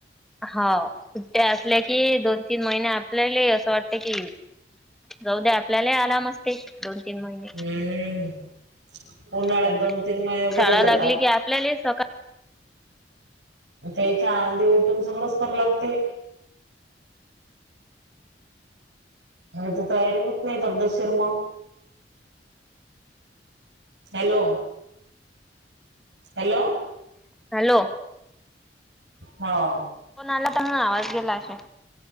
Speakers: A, in the centre; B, on the right (about 85°).
A: हांव सुट्ट्या असल्या की दोन. तीन महिने आपल्याला असं वाटते कि, जाऊदे आपल्याला ही आलाम असते दोन तीन महिने.
B: हम्म उन्हाळ्यात
A: पण
B: दोन तीन महिने
A: शाळा
B: बरे जातात.
A: लागली की आपल्याला सकाळ.
B: त्या इथे आंधी उठून सगळंच कराल लागते. ह तर तयारी होत नाही पद्धतशीर मग. हॅलो. Hello
A: hello.
B: हो.
A: फोन आला पण, आवाज गेला असेल.